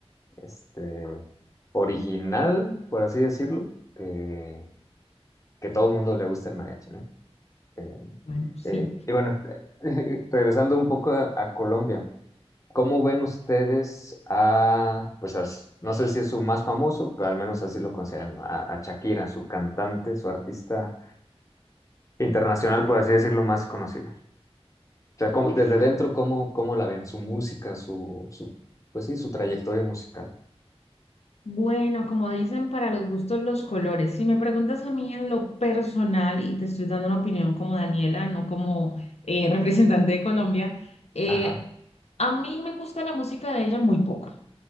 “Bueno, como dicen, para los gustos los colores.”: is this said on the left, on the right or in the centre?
Left